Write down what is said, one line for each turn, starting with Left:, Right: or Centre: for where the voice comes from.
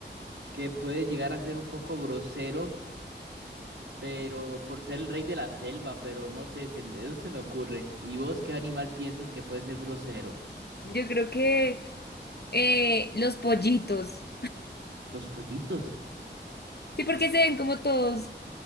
Right: que puede llegar a ser un poco grosero, pero por ser el rey de la selva, pero no sé, se me- eso se me ocurre. ¿Y vos qué animal piensas que puede ser grosero?
Left: Yo creo que eh, los pollitos.
Right: Los pollitos.
Left: Sí, porque se ven como todos,